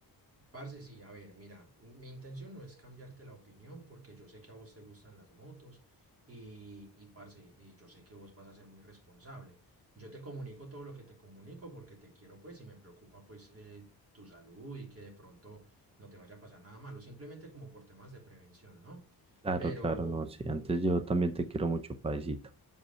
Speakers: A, on the right; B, on the right.
A: Parce, sí, a ver, mira, mi intención no es cambiarte la opinión, porque yo sé que a vos te gustan las motos y, y parce, eh, yo sé que vos vas a ser muy responsable. Yo te comunico todo lo que te comunico porque te quiero, pues, y me preocupa, pues, eh, tu salud y que de pronto no te vaya a pasar nada malo, simplemente como por temas de prevención, ¿no? Claro.
B: Claro,
A: Pero,
B: claro, no sé. Antes yo también te quiero mucho, paisito.